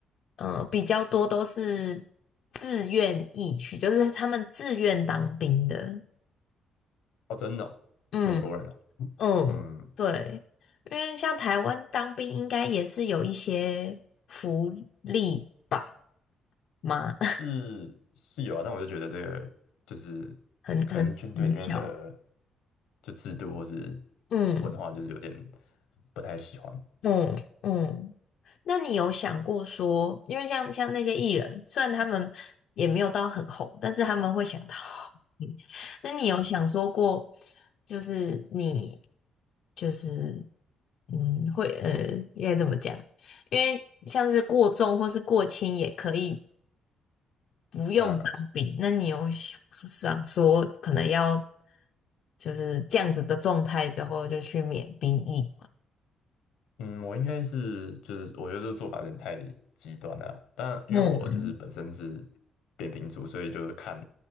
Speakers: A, on the left; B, on the left.
A: 呃，比较多都是自愿意去，就是他们自愿当兵的。
B: 哦，真的哦美国人哦，
A: 嗯嗯，
B: 嗯，
A: 对，因为像台湾当兵应该也是有一些福利吧？吗？<laughs>
B: 是是有啊，但我就觉得这个就是
A: 很很很小。
B: 可能军队里面的就制度或是
A: 嗯
B: 文化，就是有点不太喜欢。
A: 嗯嗯。那你有想过说，因为像像那些艺人，虽然他们也没有到很红，但是他们会想到，<laughs> 那你有想说过，就是你就是嗯，会呃，应该怎么讲？因为像是过重或是过轻也可以不用当兵，
B: 嗯，
A: 那你有想想说可能要就是这样子的状态之后就去免兵役吗？
B: 嗯，我应该是就是我觉得这个做法有点太极端了啦但因为我就是本身是
A: 嗯。
B: 扁平足，所以就是看